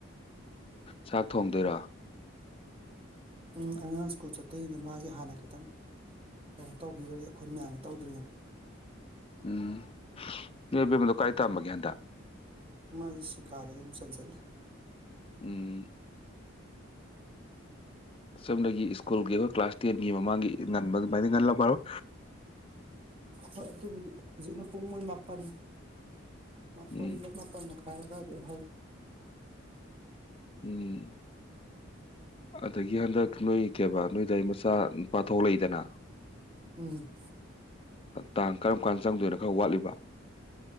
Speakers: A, on the left; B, on the right.
A: ꯆꯥꯛ ꯊꯣꯡꯗꯣꯏꯔꯣ
B: ꯎꯝ ꯑꯉꯥꯡ ꯁ꯭ꯀꯨꯜ ꯆꯠꯇꯣꯏꯅꯦ ꯃꯥꯒꯤ ꯍꯥꯟꯅ ꯈꯤꯇꯪ ꯀꯩꯅꯣ ꯇꯧꯕꯤꯒ꯭ꯔꯒꯦ ꯑꯩꯈꯣꯏ ꯃꯌꯥꯝꯒꯤ ꯇꯧꯗ꯭ꯔꯤꯉꯩꯗ
A: ꯎꯝ ꯅꯣꯏ ꯑꯕꯦꯝꯃꯗꯣ ꯀꯥꯏ ꯇꯝꯃꯒꯦ ꯍꯟꯗꯛ
B: ꯃꯥꯖꯨ ꯁꯤꯀꯥꯗ ꯑꯗꯨꯝ ꯆꯟꯖꯜꯂꯦ
A: ꯎꯝ ꯁꯣꯝꯗꯒꯤ ꯁ꯭ꯀꯨꯜꯒꯤ ꯑꯩꯈꯣꯏ ꯀ꯭ꯂꯥꯁ ꯇꯦꯟꯒꯤ ꯃꯃꯥꯡꯒꯤ ꯉꯟꯕ ꯑꯗꯨꯃꯥꯏꯅ ꯉꯜꯂꯝꯃꯔꯣꯏ
B: ꯍꯣꯏ ꯑꯗꯨꯕꯨꯗꯤ ꯍꯧꯖꯤꯛꯅ ꯄꯨꯡ ꯃꯣꯏ ꯃꯥꯄꯜ ꯃꯥꯄꯜꯂ
A: ꯎꯝ
B: ꯃꯥꯄꯜ ꯃꯈꯥꯏꯔ ꯑꯗꯥꯏꯗꯩ
A: ꯎꯝ ꯑꯗꯒꯤ ꯍꯟꯗꯛ ꯅꯣꯏ ꯀꯩꯕ ꯅꯣꯏꯗꯥꯏ ꯃꯆꯥ ꯅꯨꯄꯥ ꯊꯣꯛꯂꯛꯏꯗꯅ
B: ꯎꯝ
A: ꯇꯥꯡ ꯀꯔꯝ ꯀꯥꯟ ꯆꯪꯗꯣꯏꯅꯣ ꯈꯔ ꯋꯥꯠꯂꯤꯕ